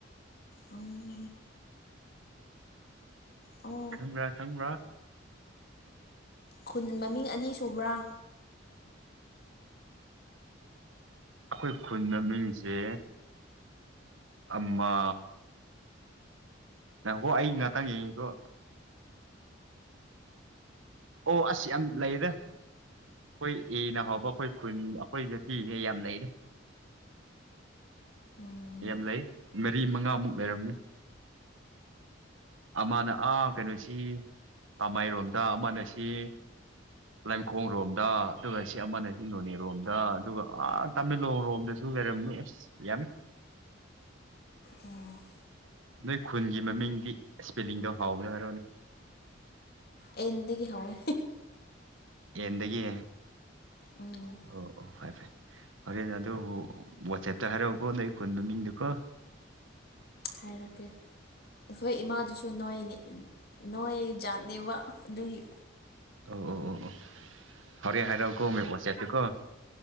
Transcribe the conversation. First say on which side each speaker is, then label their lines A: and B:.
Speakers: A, on the left; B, on the right.
A: ꯑ ꯑꯣ
B: ꯈꯪꯕ꯭ꯔꯥ ꯈꯪꯕ꯭ꯔꯥ
A: ꯈꯨꯟ ꯃꯃꯤꯡ ꯑꯅꯤ ꯁꯨꯕ꯭ꯔꯥ
B: ꯑꯩꯈꯣꯏ ꯈꯨꯟꯗ ꯃꯤꯁꯦ ꯑꯃ ꯅꯪ ꯍꯣ ꯑꯩ ꯉꯍꯥꯛꯇꯪ ꯌꯦꯡꯉꯤꯗꯣ ꯑꯣ ꯑꯁꯤ ꯌꯥꯝ ꯂꯩꯌꯦꯗ ꯑꯩꯈꯣꯏ ꯑꯦꯅ ꯍꯧꯕ ꯑꯩꯈꯣꯏ ꯈꯨꯟ ꯑꯩꯈꯣꯏ ꯖꯇꯤꯅꯦꯦ ꯌꯥꯝ ꯂꯩꯔꯦ꯫
A: ꯎꯝ
B: ꯌꯥꯝ ꯂꯩ ꯃꯔꯤ ꯃꯉꯥꯃꯨꯛ ꯂꯩꯔꯝꯃꯤ ꯑꯃꯅ ꯑꯥ ꯀꯩꯅꯣꯁꯤ ꯇꯥꯃꯥꯏꯔꯣꯝꯗ ꯑꯃꯅꯁꯤ ꯂꯩꯃꯈꯣꯡꯔꯣꯝꯗ ꯑꯗꯨꯒ ꯁꯤ ꯑꯃꯅ ꯁꯤ ꯅꯣꯅꯦꯔꯣꯝꯗ ꯑꯗꯨꯒ ꯇꯥꯃꯦꯡꯂꯣꯡ ꯔꯣꯝꯗꯁꯨ ꯂꯩꯔꯝꯅꯤ ꯑꯦꯁ ꯌꯥꯝꯃꯤ
A: ꯑꯣ
B: ꯅꯣꯏ ꯈꯨꯟꯒꯤ ꯃꯃꯤꯡꯗꯤ ꯏꯁꯄꯦꯂꯤꯡꯗꯣ ꯍꯥꯎꯕꯗꯣ ꯍꯥꯏꯔꯛꯑꯣꯅꯦ
A: ꯑꯦꯟꯗꯒꯤ ꯍꯧꯋꯦ
B: ꯑꯦꯟꯗꯒꯤ
A: ꯎꯝ
B: ꯑꯣ ꯑꯣ ꯐꯥꯏ ꯐꯥꯏ ꯍꯣꯔꯦꯟ ꯑꯗꯨꯕꯨ ꯋꯥꯆꯦꯞꯇ ꯍꯥꯏꯔꯛꯑꯣꯀꯣ ꯅꯣꯢ ꯈꯣꯟ ꯃꯃꯤꯡꯗꯨꯀꯣ
A: ꯍꯥꯏꯔꯛꯀꯦ ꯑꯩꯈꯣꯏ ꯏꯃꯥꯗꯨꯁꯨ ꯁꯨ ꯅꯣꯏꯅꯤ ꯅꯣꯏ ꯖꯥꯠꯅꯦꯕ ꯑꯗꯨꯒꯤ
B: ꯑꯣ ꯑꯣ ꯑꯣ ꯑꯣ ꯍꯣꯔꯦꯟ ꯍꯥꯏꯔꯛꯑꯣꯀꯣ ꯋꯥꯆꯦꯞꯇꯀꯣ